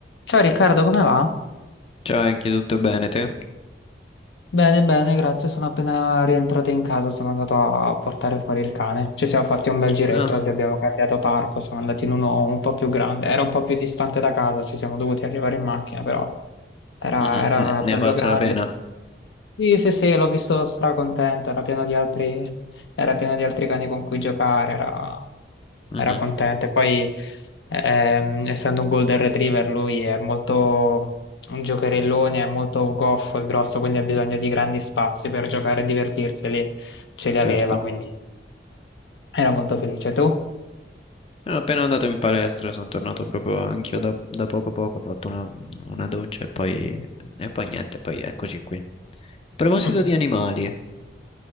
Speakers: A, on the left; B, on the left.
A: Ciao Riccardo, come va?
B: Ciao, anche tutto bene te?
A: Bene, bene, grazie. Sono appena rientrato in casa, sono andato a portare fuori il cane. Ci siamo fatti un bel giretto,
B: Ah,
A: oggi abbiamo cambiato parco, siamo andati in uno un po' più grande. Era un po' più distante da casa, ci siamo dovuti arrivare in macchina, però era,
B: mhm,
A: era
B: Ne, ne
A: bello
B: è valsa
A: grande.
B: la pena?
A: Sì, sì, sì, l'ho visto stracontento, era pieno di altri, era pieno di altri cani con cui giocare, era,
B: Mhm,
A: era contento. E poi, ehm, essendo un Golden Retriever, lui è molto un giocherellone, è molto goffo e grosso, quindi ha bisogno di grandi spazi per giocare e divertirsi, e lì ce li aveva,
B: certo.
A: quindi era molto felice. Tu?
B: Sono appena andato in palestra, sono tornato proprio anch'io da, da poco poco, ho fatto una, una doccia e poi, e poi niente, poi eccoci qui. A proposito
A: Mm,
B: di animali,